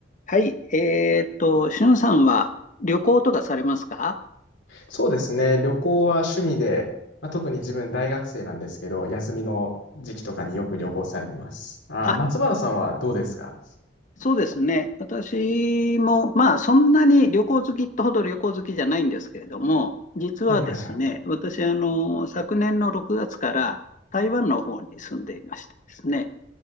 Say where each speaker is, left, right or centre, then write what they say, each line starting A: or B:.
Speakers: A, on the left; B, on the left.
A: はい、えーっと、しゅんさんは旅行とかされますか
B: そうですね。旅行は趣味で、まあ、特に自分大学生なんですけど、休みの時期とかによく旅行されてます。あ、
A: あ、
B: 松原さんはどうですか
A: そうですね。私も、まあ、そんなに旅行好きってほど旅行好きじゃないんですけれども、実はですね、
B: はいはいはい。
A: 私、あの、昨年の6月から台湾の方に住んでいましてですね、